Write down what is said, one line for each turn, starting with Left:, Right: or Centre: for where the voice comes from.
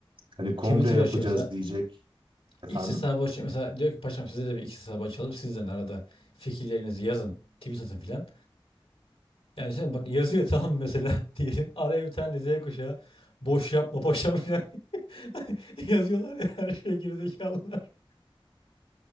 Right: Hani kongre
Left: Twitter
Right: yapacağız
Left: açıyor mesela.
Right: diyecek efendim.
Left: X hesabı açın. Mesela diyor ki paşam size de bir X hesabı açalım. Sizden arada fikirlerinizi yazın. Tweet atın filan. Yani sen bak yazıyor tamam mesela <laughs> diyelim. Araya bir tane Z kuşağı. Boş yapma paşam filan. <laughs> Yazıyorlar ya her şeye gerizekalılar.